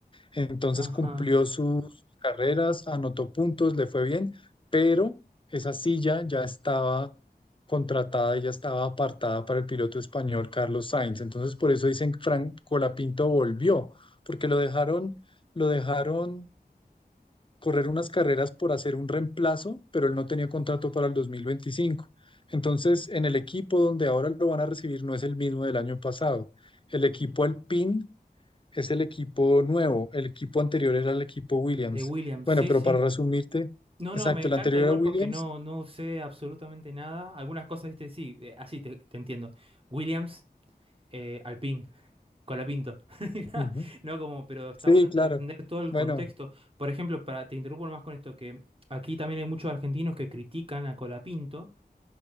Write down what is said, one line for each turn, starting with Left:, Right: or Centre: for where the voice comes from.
Left: Entonces
Right: Ajá,
Left: cumplió sus carreras, anotó puntos, le fue bien, pero esa silla ya estaba contratada y ya estaba apartada para el piloto español Carlos Sainz. Entonces por eso dicen que Frank Colapinto volvió, porque lo dejaron, lo dejaron correr unas carreras por hacer un reemplazo, pero él no tenía contrato para el 2025. Entonces, en el equipo donde ahora lo van a recibir no es el mismo del año pasado. El equipo Alpine es el equipo nuevo, el equipo anterior era el equipo Williams.
Right: de Williams,
Left: Bueno,
Right: sí,
Left: pero
Right: sí.
Left: para resumirte,
Right: No,
Left: exacto,
Right: no, me encanta
Left: el anterior
Right: igual
Left: era Williams.
Right: porque no, no usé absolutamente nada. Algunas cosas, viste, sí, eh, así te, te entiendo. Williams, eh, Alpine. Colapinto. <laughs>
Left: Ujú.
Right: No, como, pero está
Left: Sí,
Right: bueno
Left: claro.
Right: t- entender todo el
Left: Bueno,
Right: contexto. Por ejemplo, para, te interrumpo más con esto, que aquí también hay muchos argentinos que critican a Colapinto